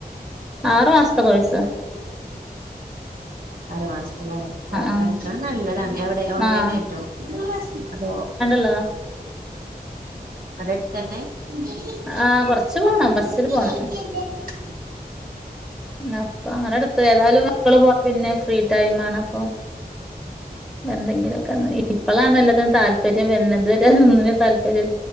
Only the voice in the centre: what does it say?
ആറു മാസത്തെ കോഴസ്
ആഹ്
ആഹ്
താ
ആഹ് കൊറച്ച് പോണം ബസ്സില് പോണം അപ്പൊ അങ്ങനെ എടുത്ത ഏതായാലും മള് പോ പിന്നെ ഫ്രീ ടൈം ആണ് അപ്പൊ എന്തെങ്കിലുമൊക്കെ ഇപ്പളാണോ എല്ലാത്തിനും താല്പര്യം വര എതു വരെ ഒന്നിനും താല്പര്യം